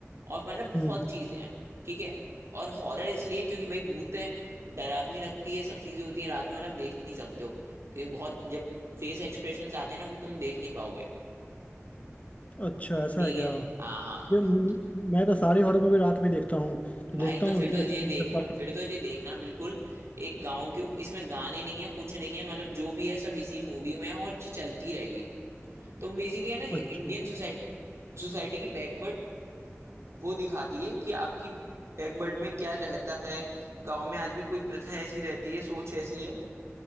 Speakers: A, on the right (about 65°); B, on the left (about 30°).
A: और मतलब बहुत
B: हम्म।
A: चीजें हैं ठीक है और हॉरर इसलिए क्योंकि भाई भूत है डरावनी लगती है सब चीजें होती हैं रात में मतलब देख नहीं सकते हो क्योंकि बहुत जब फेस एक्सप्रेशन आते हैं ना वो तुम देख नहीं पाओगे
B: अच्छा ऐसा
A: ठीक
B: है क्या
A: है हाँ हाँ
B: ये म-
A: तो
B: मैं तो सारी हॉरर मूवी रात में देखता हूँ तो
A: भाई
B: देखता
A: तो
B: हूँ
A: फिर
B: ये
A: तो
B: चैलेंज
A: ये देखना
B: कर पाता
A: फिर तो ये देखना बिल्कुल एक गांव के इसमें गाने नहीं है कुछ नहीं है मतलब जो भी है सब इसी मूवी में है और ये चलती रहेगी तो बेसिकली है ना ये
B: अच्छा
A: इंडियन सोसाइटी सोसाइटी की बैकवर्ड वो दिखाती है कि आपकी बैकवर्ड में क्या रहता है गांव में आज भी कोई प्रथा ऐसी रहती है सोच ऐसी है